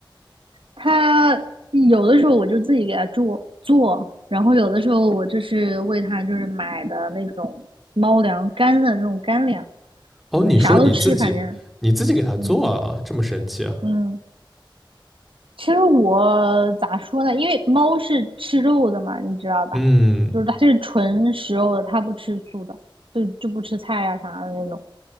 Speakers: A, on the right; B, in the centre.
A: 它有的时候我就自己给它做做，然后有的时候我就是喂它就是买的那种猫粮干的那种干粮，
B: 哦，你说你自己你自己给它做啊，
A: 啥都吃，反正嗯
B: 这么神奇啊？
A: 嗯。其实我咋说呢？因为猫是吃肉的嘛，你知道吧？
B: 嗯，
A: 就是它是纯食肉的，它不吃素的，就就不吃菜呀、啥的那种。